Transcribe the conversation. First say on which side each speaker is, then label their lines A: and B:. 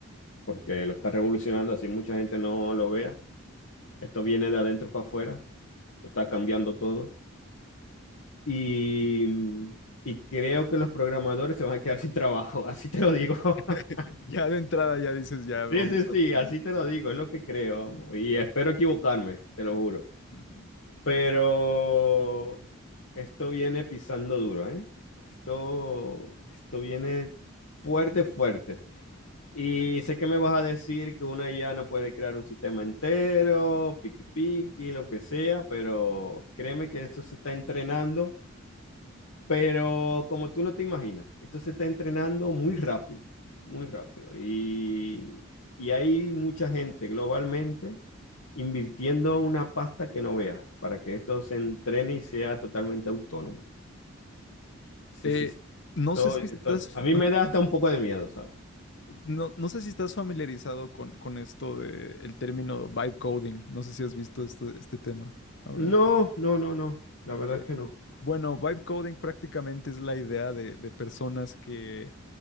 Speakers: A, on the left (about 70°); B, on the left (about 55°).
A: porque lo está revolucionando así mucha gente no lo vea. Esto viene de adentro para afuera, Esto está cambiando todo. Y, mm, y creo que los programadores se van a quedar <laughs> sin trabajo, así te lo digo. <laughs>
B: <laughs> Ya de entrada ya dices, ya vamos
A: Sí, sí, Claro.
B: a
A: sí,
B: tener...
A: así te lo digo, es lo que creo, vamos. Y espero equivocarme, te lo juro.
B: Ujú.
A: Pero esto viene pisando duro, ¿eh? Esto, esto viene fuerte, fuerte. Y sé que me vas a decir que una IA no puede crear un sistema entero, piqui piqui, lo que sea, pero créeme que eso se está entrenando Pero como tú no te imaginas, esto se está entrenando muy rápido, muy rápido. Y, y hay mucha gente globalmente invirtiendo una pasta que no veas para que esto se entrene y sea totalmente autónomo. Sí,
B: Eh,
A: sí, sí.
B: no
A: Estoy-
B: sé si estás,
A: estoy- a mí
B: ajá.
A: me da hasta un poco de miedo, ¿sabes?
B: No, no sé si estás familiarizado con, con esto de el término vibe coding. No sé si has visto este, este tema ahora.
A: No,
B: en-
A: no, no, no. La verdad
B: eh,
A: es que no.
B: bueno, vibe coding prácticamente es la idea de, de personas que,